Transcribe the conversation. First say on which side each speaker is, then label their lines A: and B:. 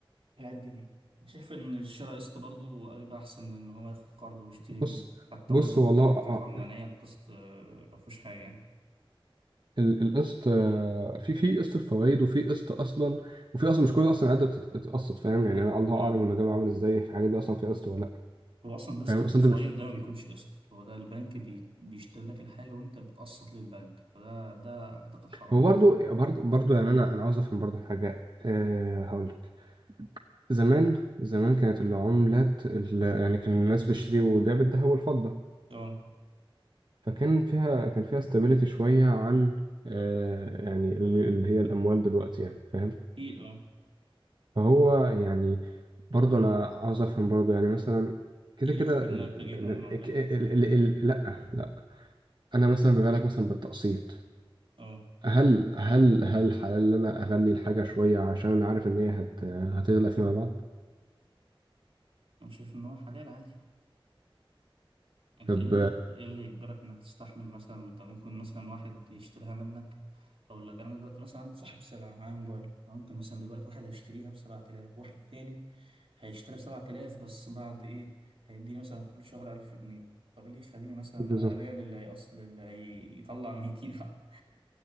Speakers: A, on the right (about 75°); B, on the right (about 55°).
A: هيأدي ليه أنا شايف إن الشراء قسط برضه هيبقى أحسن من إن هو ياخد قرض ويشتري
B: بص
A: بيه حتى
B: بص
A: برضه
B: والله
A: في حتة الحرمانية القسط آه، مفهوش حاجة يعني
B: ال- القسط آه، في في قسط الفوائد وفي قسط اصلا وفي اصلا مش كل اصلا قاعده بتتقسط فاهم يعني انا الله
A: مم.
B: اعلم المجال عامل ازاي في الحاجات دي اصلا في قسط ولا لا
A: هو أصلا القسط
B: فاهم اصلا
A: اللي بفوايد
B: انت بتش...
A: ده ما بيكونش قسط هو ده البنك بي... بيشتري لك الحاجة وأنت بتقسط للبنك فده ده أعتقد حرام
B: هو برضو برضو برضو يعني انا انا عاوز افهم برضو حاجه أه هقول لك زمان زمان كانت العملات ال... يعني كان الناس بتشتري وتبيع بالذهب والفضه
A: أه
B: فكان فيها كان فيها استابيليتي شويه عن أه يعني ال- اللي هي الاموال دلوقتي يعني فاهم
A: أكيد أه
B: فهو يعني برضه انا عاوز افهم برضه يعني مثلا كده
A: إيه اللي
B: كده
A: يخلينا
B: ال
A: اتجاهنا
B: ال
A: للعملات
B: ال ال ال ال لا لا انا مثلا بيبقى لك مثلا بالتقسيط
A: أه
B: هل هل هل حلال ان انا اغلي الحاجه شويه عشان انا عارف ان هي هت هتغلى فيما بعد
A: أنا شايف إن هو حلال عادي انت
B: طب
A: ايه اللي ايه اللي يجبرك انك تستحمل مثلا انت ممكن مثلا واحد يشتريها منك اقول لك انا دلوقتي مثلا صاحب سلعه معايا موبايل أنا ممكن مثلا دلوقتي واحد هيشتريها ب 7000 واحد تاني هيشتريها ب 7000 بس بعد ايه هيديني مثلا كل شهر 1000 جنيه طب ايه اللي يخليني مثلا
B: <laughs> بالظبط
A: ابيع للي هيأصل اللي هيطلع ميتين حق-